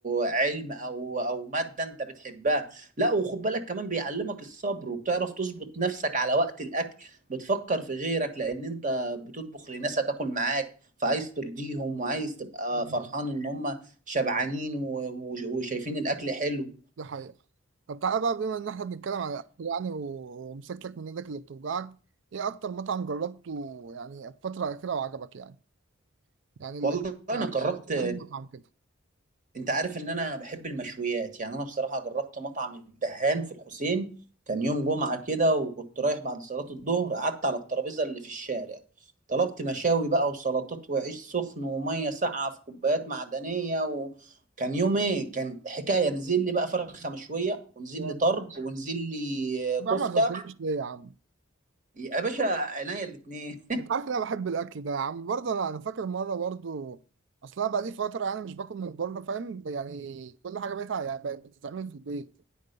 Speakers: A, on the right; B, on the right.
A: علم او او ماده انت بتحبها لا وخد بالك كمان بيعلمك الصبر وبتعرف تظبط نفسك على وقت الاكل بتفكر في غيرك لان انت بتطبخ لناس هتاكل معاك فعايز ترضيهم وعايز تبقى
B: ده حقيقة
A: فرحان ان هم شبعانين و- و- وشايفين الاكل حلو
B: ده حقيقة. طب تعالى بقى بما إن إحنا بنتكلم عن الأكل يعني و- ومسكتك من إيدك اللي بتوجعك إيه أكتر مطعم جربته يعني الفترة الأخيرة وعجبك يعني يعني اللي
A: والله انا
B: آه،
A: جربت
B: عندي مطعم كده
A: انت عارف ان انا بحب المشويات يعني انا بصراحه جربت مطعم الدهان في الحسين كان يوم جمعه كده وكنت رايح بعد صلاه الظهر قعدت على الترابيزه اللي في الشارع طلبت مشاوي بقى وسلطات وعيش سخن وميه ساقعه في كوبايات معدنيه وكان يوم ايه كان حكايه نزل لي بقى فرخه مشويه ونزل
B: جامد
A: لي طرب ونزل لي آه،
B: طب
A: كفته
B: يا عم ما عزمتنيش ليه يا عم
A: يا باشا عينيا الاتنين
B: انت عارف ان انا بحب الاكل ده يا عم برضه انا انا فاكر مره برضه اصلا بقى لي فتره يعني مش باكل من بره فاهم يعني كل حاجه بقت يعني بقت بتتعمل في البيت